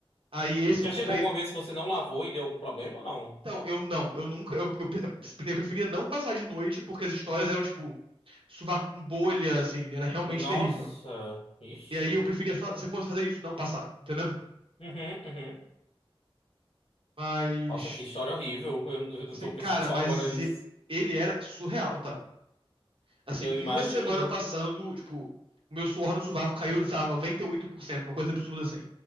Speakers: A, on the right (about 65°); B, on the left (about 85°).
A: Aí esse que
B: Já
A: eu comprei,
B: chegou alguma vez que você não lavou e deu algum problema ou não?
A: Então, eu não, eu nunca, eu, eu, pre- eu preferia não passar de noite porque as histórias eram, tipo, sovaco com bolha, assim, era realmente
B: Nossa,
A: terrível.
B: ixi.
A: E aí eu preferia só, se eu fosse fazer isso, não passar, entendeu?
B: Uhum, uhum.
A: Mas,
B: Nossa, que história horrível. Eu, eu
A: se-
B: tô pensando
A: cara,
B: só
A: mas
B: agora isso.
A: e- ele era surreal, tá? Assim,
B: Eu imagino.
A: em uma semana passando, tipo, o meu suor no sovaco caiu,
B: Uhum,
A: sei lá, 98%, uma coisa absurda assim.